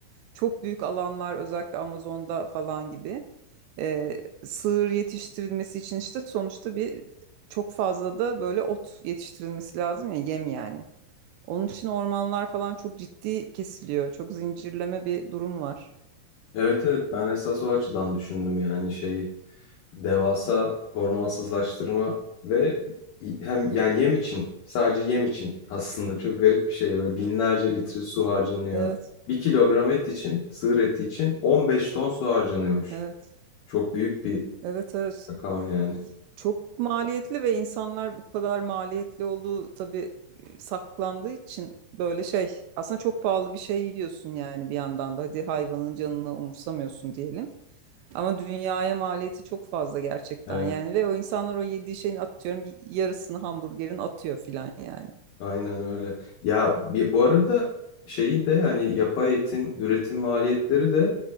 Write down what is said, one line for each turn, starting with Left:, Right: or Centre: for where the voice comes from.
Right: çok büyük alanlar özellikle Amazon'da falan gibi e, sığır yetiştirilmesi için işte sonuçta bir çok fazla da böyle ot yetiştirilmesi lazım ya yem yani. Onun için ormanlar falan çok ciddi kesiliyor. Çok zincirleme bir durum var.
Left: Evet evet ben esas o açıdan düşündüm yani şeyi devasa ormansızlaştırma ve hem yani yem için sadece yem için aslında çok garip bir şey böyle binlerce litre su harcanıyor.
Right: Evet,
Left: Bir kilogram et için sığır eti için 15 ton su harcanıyormuş.
Right: evet,
Left: Çok büyük bir
Right: evet, evet.
Left: rakam yani.
Right: Çok maliyetli ve insanlar bu kadar maliyetli olduğu tabii e, saklandığı için böyle şey aslında çok pahalı bir şey yiyorsun yani bir yandan da hadi hayvanın canını umursamıyorsun diyelim. Ama dünyaya maliyeti çok fazla gerçekten
Left: Evet.
Right: yani ve o insanlar o yediği şeyin atıyorum bir yarısını hamburgerin atıyor filan yani.
Left: Aynen öyle. Ya bir, bu arada şeyin de hani yapay etin üretim maliyetleri de